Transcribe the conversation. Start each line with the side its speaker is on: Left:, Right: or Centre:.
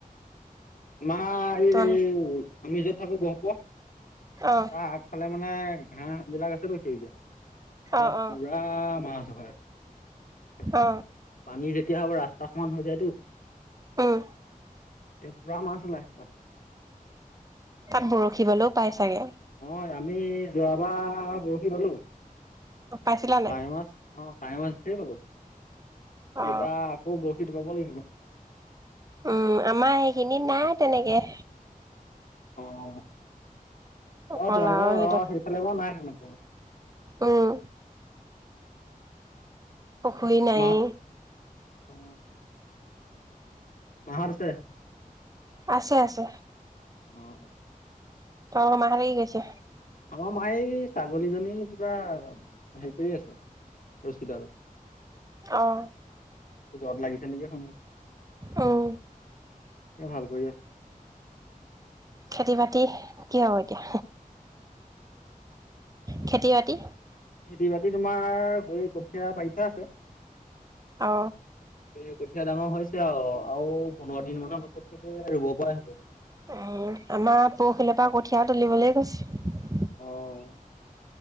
Left: তোমাৰ
Right: তোমালোক
Left: এই আমি য'ত থাকো গহপুৰ
Right: অ
Left: তাৰ আগফালে মানে ঘাঁহ বিলাক আছেতো সেউজীয়া,
Right: অ
Left: তাত
Right: অ
Left: পুৰা মাছ হয়। <unintelligible>
Right: অ
Left: পানী যেতিয়া হ'ব ৰাস্তা সমান হৈ জাইটো।
Right: উম
Left: তে পুৰা মাছ ওলাই তাত।
Right: তাত বৰশী বলৈও পাই চাগে
Left: হয় আমি যোৱাবাৰ বৰশী বালো।
Right: পাইছিলা নাই
Left: কাৱৈ মাছ অ', কাৱৈ মাছ ধেৰ পালো।
Right: অ
Left: এইবাৰ আকৌ বৰশীটো বাব লাগিব।
Right: উম, আমাৰ সেইখিনিত নাই তেনেকে
Left: অ-অ,
Right: অকল
Left: তোমালোকৰ
Right: আৰু সেইডোখৰ
Left: অ, সেইফালে বাৰু নাই তেনেকে।
Right: উম, পুখুৰী নাইয়ে।
Left: মা অ। মাহঁত আছে?
Right: আছে, আছে।
Left: অ', অ'।
Right: অ', মা কালি গৈছি।
Left: আমাৰ মাই ছাগলীজনী কিবা হে। কৰি আছে ৰছীডাল।
Right: আহঁ,
Left: জত লাগিছে নেকি <unintelligible>
Right: উম
Left: এতিয়া ভাল কৰি আছে।
Right: খেতি বাতি কি হব এতিয়া? খেতি বাতি?
Left: খেতি বাতি তোমাৰ হৈ কঠীয়া পাৰি থোৱা আছে। এ
Right: অ
Left: কঠীয়া ডাঙৰ হৈছ আও আৰু পোন্ধৰ দিন মানৰ পাছত চাগে ৰুব পৰাই হ'ব।
Right: উম আমাৰ পৰখিলৰ পৰা কঠীয়া তুলিবলৈ কৈছে।
Left: অহ।